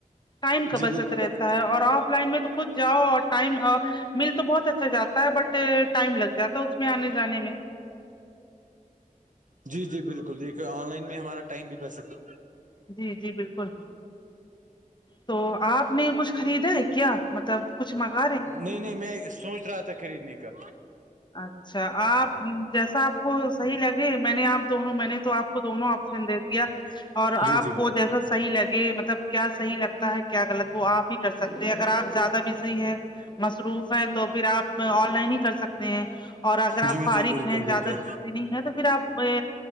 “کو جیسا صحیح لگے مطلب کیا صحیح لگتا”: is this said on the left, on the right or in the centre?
Left